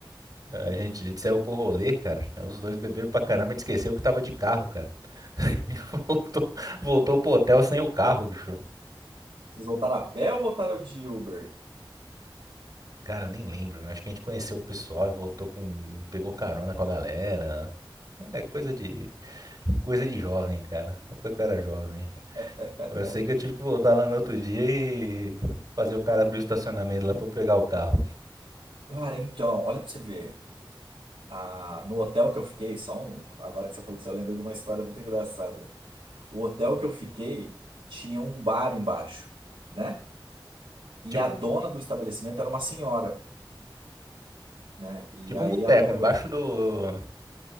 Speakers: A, on the right; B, on the right.
A: A gente, a gente saiu pro rolê, cara. Os dois beberam pra caramba, a gente esqueceu que tava de carro, cara. <laughs> E voltou, voltou pro hotel sem o carro, bicho.
B: Vocês voltaram a pé ou voltaram de Uber?
A: Cara, eu nem lembro. Acho que a gente conheceu o pessoal e voltou com. Pegou carona com a galera. É coisa de. Coisa de jovem, cara. É porque eu era jovem.
B: <laughs>
A: Mas Eu sei que eu tive que voltar lá no outro dia e fazer o cara abrir o estacionamento lá pra eu pegar o carro.
B: Cara, então, olha pra você ver. Ah, no hotel que eu fiquei, só um. Agora que você falou disso, eu lembrei de uma história muito engraçada. O hotel que eu fiquei tinha um bar embaixo, né?
A: Tipo,
B: E a dona do estabelecimento era uma senhora, né? E
A: tipo
B: aí
A: um boteco,
B: ela pegou
A: embaixo
B: e falou,
A: do.